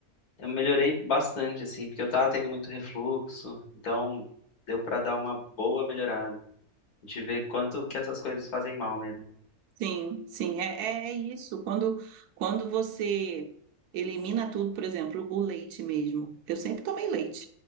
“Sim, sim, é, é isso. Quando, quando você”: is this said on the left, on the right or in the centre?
Right